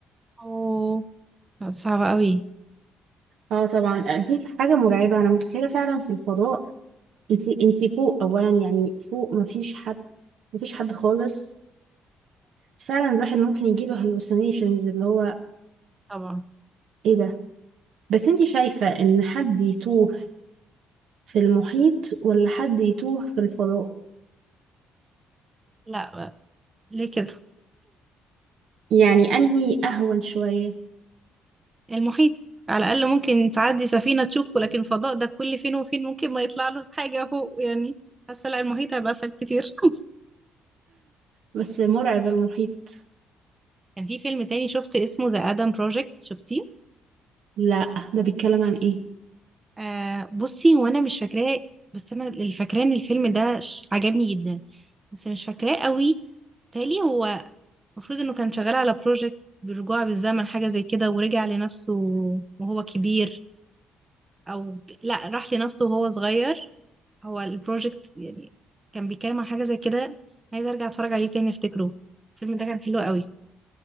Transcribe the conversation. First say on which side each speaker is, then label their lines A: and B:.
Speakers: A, on the right; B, on the right.
A: اوه لا، صعبة قوي
B: اه طبعا آه دي حاجة مرعبة انا متخيلة فعلا في الفضاء انتي انتي فوق اولا يعني فوق مفيش حد مفيش حد خالص فعلا الواحد ممكن يجيله هلوسينيشنز اللي هو
A: طبعا
B: ايه ده بس انتي شايفة ان حد يتوه في المحيط ولا حد يتوه في الفضاء
A: لا ليه كده
B: يعني انهي اهون شوية
A: المحيط على الأقل ممكن تعدي سفينة تشوفه لكن فضاء ده كل فين وفين ممكن ما يطلع له حاجة فوق يعني حاسة لا المحيط هيبقى أسهل كتير <laughs>
B: بس مرعب المحيط
A: كان في فيلم تاني شفت اسمه ذا آدم بروجكت شفتيه
B: لا ده بيتكلم عن ايه
A: آه بصي وانا مش فاكراه بس انا اللي فاكراه ان الفيلم ده ش- عجبني جدا بس مش فاكراه قوي تالي هو المفروض انه كان شغال على بروجكت بالرجوع بالزمن حاجة زي كده ورجع لنفسه وهو كبير او لا راح لنفسه وهو صغير هو البروجكت يعني كان بيتكلم عن حاجة زي كده عايزة ارجع اتفرج عليه تاني افتكره الفيلم ده كان حلو قوي